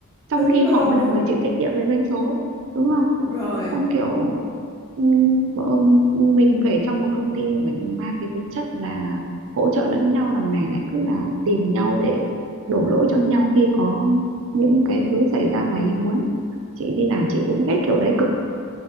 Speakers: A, on the right; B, on the left.
A: trong
B: đúng
A: khi
B: rồi,
A: họ mới là người chịu trách nhiệm với doanh số đúng không
B: đúng rồi,
A: xong kiểu ừm, bọn mình phải trong một công ty phải mang cái tính chất là hỗ trợ lẫn nhau đằng này lại cứ là tìm nhau để đổ lỗi cho nhau khi có những cái thứ xảy ra ngoài ý muốn chị đi làm chị cũng ghét kiểu đấy cực